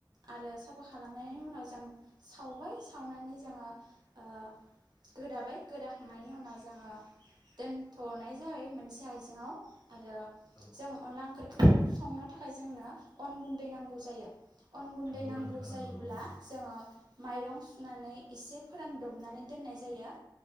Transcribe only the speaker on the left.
औ
नंगौ
नोंथां नंगौ
औ